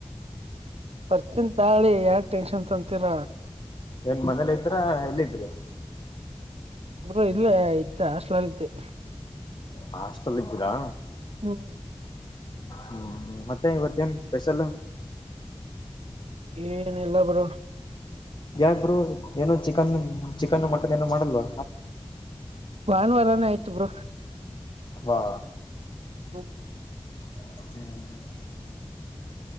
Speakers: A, on the right (about 75°); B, on the left (about 45°).
A: ಬರ್ತೀನ ತಾಳಿ ಯಾಕ ಟೆನ್ಷನ್ ತಂತೀರ
B: ಎನ್ ಮನೇಲ ಇದ್ರ ಎಲ್ಲಿದ್ರಿ
A: ಬರ ಇಲ್ಲೇ ಐತ ಅಸ್ಲತೆ <unintelligible>
B: ಹಾಸ್ಟೆಲ್ ಇದ್ದೀರಾ
A: ಹ್ಮ್
B: ಹ್ಮ್ ಮತ್ತೆ ಇವತ್ತೇಏನ್ ಸ್ಪೆಷಲ್
A: ಏನ್ ಎಲ್ಲ ಬರು
B: ಯಾಕ್ ಬರು ಏನೋ ಚಿಕನ್ ಚಿಕನ್ ಮಟನ್ ಏನೋ ಮಾಡಲ್ವಾ
A: ಭಾನುವಾರಾನೇ ಆಯ್ತು ಬ್ರ
B: ವಾ
A: ಹ್ಮ
B: ಹ್ಮ್